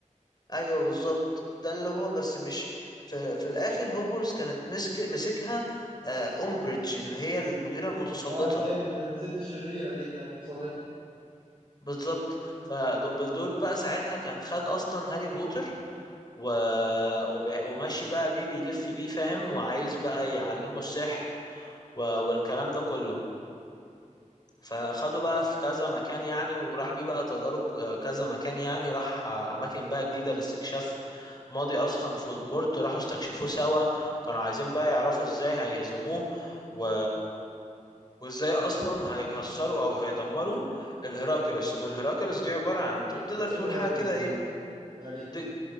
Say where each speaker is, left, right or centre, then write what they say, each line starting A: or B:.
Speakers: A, on the left (about 30°); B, on the right (about 40°).
A: ايوه بالظبط ده اللي هو بس مش في, في الاخر هوجورس كانت مسك... مسكها آه، أمبريدج اللي هي المديرة المتسلطة
B: اه دي الست الشريرة دي المتسلطة
A: بالظبط فدومبلدور بقى ساعتها كان خد اصلا هاري بوتر و... وب... وماشي بقى بيه بيلف بيه فاهم وعايز بقى يعلمه السحر و... والكلام ده كله فاخده بقى في كذا مكان يعني وراح بيه بقى تجارب آه، كذا مكان يعني راح آه، اماكن بقى جديدة لاستكشاف ماضي اصلا فولدمورت راحوا استكشفوه سوا كانوا عايزين بقى يعرفوا ازاي هيهزموه و... وازاي اصلا هيكسروا او هيدمروا الهراكرس والهراكرس دي عباره عن تقدر
B: ايه
A: تقول
B: هيراكلس
A: حاجه كده
B: دي
A: ايه
B: غريبة
A: دي,